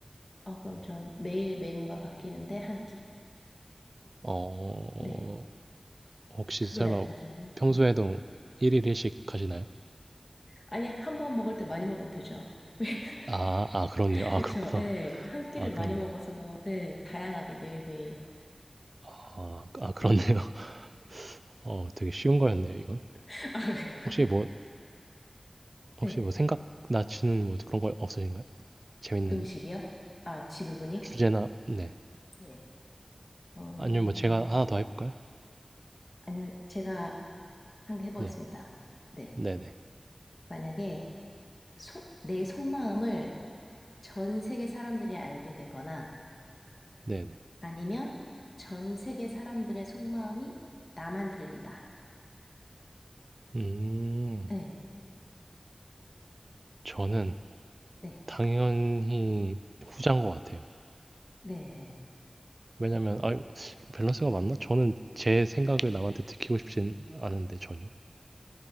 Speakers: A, on the left; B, on the right.
A: 아, 그럼 전 매일 메뉴가 바뀌는데 한 끼.
B: 어,
A: 네.
B: 혹시
A: 그게
B: 설마
A: 나을 것 같은데요.
B: 평소에도
A: 네.
B: 일일 일식 하시나요?
A: 아니, 한 번 먹을 때 많이 먹으면 되죠. <laughs>
B: 아, 아, 그렇네요. 아,
A: 그쵸.
B: 그렇구나.
A: 네. 한 끼를
B: 아, 그렇네.
A: 많이 먹어서, 네. 다양하게 매일매일.
B: 아, 아, 그렇네요.
A: 네.
B: <laughs> 어, 되게 쉬운 거였네요, 이건.
A: <laughs> 아,
B: 혹시 뭐,
A: 네.
B: 혹시 뭐 생각나시는 뭐 그런 거 없으신가요? 재밌는
A: 음식이요? 아, 질문이요?
B: 주제나, 네.
A: 네. 어,
B: 아니면 뭐 제가 하나 더 해볼까요?
A: 아니면 제가 한 개 해보겠습니다.
B: 네.
A: 네.
B: 네네.
A: 만약에 속, 내 속마음을 전 세계 사람들이 알게 되거나
B: 네네.
A: 아니면 전 세계 사람들의 속마음이 나만 들린다.
B: 음,
A: 네.
B: 저는
A: 네.
B: 당연히 후자인 것 같아요.
A: 네.
B: 왜냐면 아 밸런스가 맞나? 저는 제 생각을 남한테 들키고 싶진 않은데 전혀.